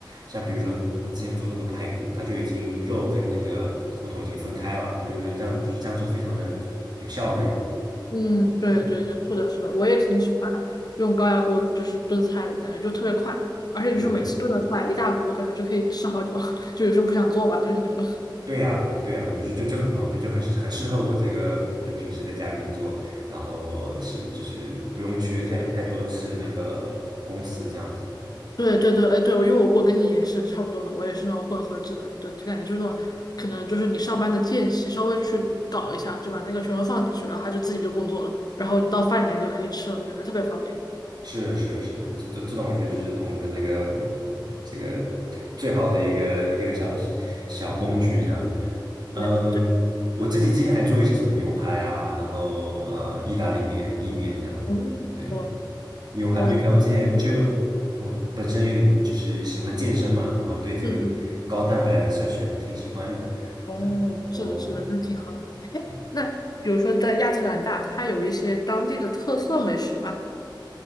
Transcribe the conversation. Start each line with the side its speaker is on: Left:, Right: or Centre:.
Right: 像比如说我之前做那个排骨，它就已经肉跟那个骨头已经分开了，我就觉得这样就是这样做非常的有效率。
Left: 嗯，对对对，
Right: 对
Left: 是的，是的，我也挺喜欢用高压锅就是炖菜的，感觉就特别快，而且就是每次炖的菜一大锅，
Right: 对对。
Left: 感觉就可以吃好久，<laughs> 就有时候不想做吧，就是那种。
Right: 对呀，对呀，就就就很方便，就很适很适合我这个就平时在家工作，然后是就是不用去太太多次那个公司这样子。
Left: 是的。
Right: 对，
Left: 对对对，哎对，因为我我跟你也是差不多嘛，我也是那种混合制的，对，就感觉就是那种可能就是你上班的间隙稍微去搞一下，就把那个全部放进去，然后他就自己就工作了，然后你到饭点就可以吃了，感觉特别方便。
Right: 是是是，这这这种我觉得就是我们的那个嗯这个最好的一个一个小小工具这样。
Left: 对的
Right: 嗯，
Left: 对对，
Right: 我自己之前还做一些什么牛排啊，然后呃意大利面、意面这样。
Left: 哦，
Right: 对。
Left: 哦，
Right: 牛排，
Left: 哇，
Right: 牛排，
Left: 那
Right: 我之前就我本身有点就是喜欢健身嘛，然后对这个高蛋白的摄取还是挺喜欢的。
Left: 嗯嗯，哦，
Right: 对，哦，
Left: 是的，是的，那挺好的。哎，
Right: 对，
Left: 那比如说在亚特兰大，它有一些当地的特色美食吗？